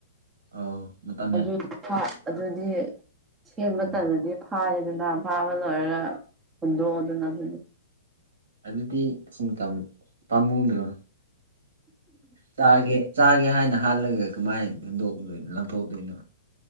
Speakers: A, on the right; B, on the right.
A: ꯑꯣ <unintelligible>
B: ꯑꯗꯨꯏ <unintelligible> ꯑꯗꯨꯗꯤ ꯁꯦꯝꯕꯥ
A: ꯎꯝ
B: ꯇꯜꯂꯥꯗꯤ ꯐꯥꯔꯦꯗꯥꯅ ꯐꯥꯕ ꯂꯣꯏꯔꯥꯒ ꯍꯨꯟꯗꯣꯛꯑꯣꯗꯥꯅ ꯑꯗꯨꯗꯤ
A: ꯑꯗꯨꯗꯤ <unintelligible> ꯄꯥꯝꯃꯨꯗ꯭ꯔꯣ ꯆꯥꯒꯦ ꯆꯥꯒꯦ ꯍꯥꯏꯅ ꯍꯥꯜꯂꯥꯒ ꯀꯃꯥꯏꯅꯥ ꯍꯨꯟꯗꯣꯛꯀꯥꯗꯣꯏꯅꯣ ꯂꯪꯊꯣꯛꯇꯣꯏꯅꯣ